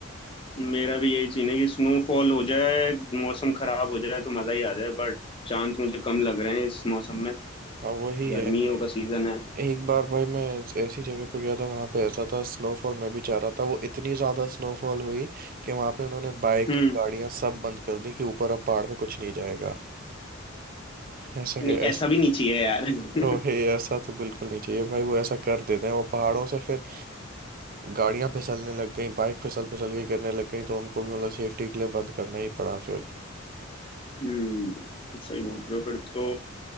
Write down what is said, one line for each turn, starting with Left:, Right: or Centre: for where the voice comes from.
Left: मेरा भी यही सीन है कि स्नोफॉल हो जाए मौसम खराब हो जाए तो मजा ही आ जाए बट चांस मुझे कम लग रहे हैं इस मौसम में
Right: हाँ वही है
Left: गर्मियों का सीजन है
Right: एक बार भाई मैं ऐसी जगह पे गया था वहाँ पे ऐसा था स्नोफॉल मैं भी चाह रहा था वो इतनी ज़्यादा स्नोफॉल हुई कि वहाँ पे उन्होंने बाइक
Left: हम्म
Right: गाड़ियाँ सब बंद कर दी कि ऊपर अब पहाड़ पे कुछ नहीं जाएगा ऐसा के
Left: नहीं
Right: ऐसा
Left: ऐसा भी नहीं चाहिए यार <laughs>
Right: तो वही ऐसा तो बिल्कुल नहीं चाहिए भाई वो ऐसा कर देते हैं वो पहाड़ों से फिर गाड़ियां फिसलने लग गई बाइक फिसल फिसल के गिरने लग गई तो उनको भी मतलब सेफ्टी के लिए बंद करना ही पड़ा फिर
Left: हम्म सही बोल रहे हो फिर तो